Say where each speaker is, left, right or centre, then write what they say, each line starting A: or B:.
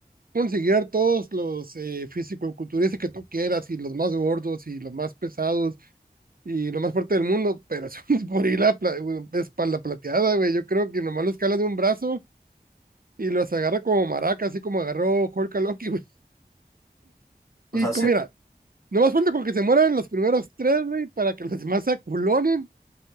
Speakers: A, on the right; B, on the left.
A: conseguir a todos los eh, fisicoculturistas que tú quieras y los más gordos y los más pesados y lo más fuerte del mundo, pero <laughs> es un gorila pla- güey, espalda plateada, güey. Yo creo que nomás lo escala de un brazo y los agarra como maraca, así como agarró Hulk a Loki, <laughs> güey.
B: O
A: Y
B: sea,
A: co-
B: se-
A: mira, nomás falta con que se mueran los primeros tres, güey, para que los demás se aculonen